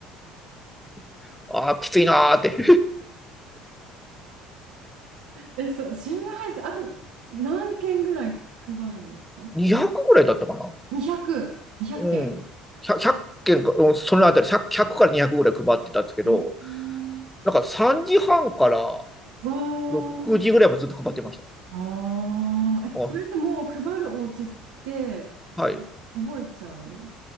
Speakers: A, in the centre; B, on the right.
A: <laughs> ああ、きついなーって。
B: え、そう、新聞配達、朝何件ぐらい配るんですか
A: 200ぐらいだったかな。
B: ?200、200件。
A: うん。100、件か、うん、そのあたり1から200ぐらい配ってたんですけど、
B: うん
A: なんか3時半から
B: わー、
A: 6時ぐらいもずっと配ってました。
B: あー、え、
A: あ
B: それってもう配るお家ってわ覚えちゃう
A: はい。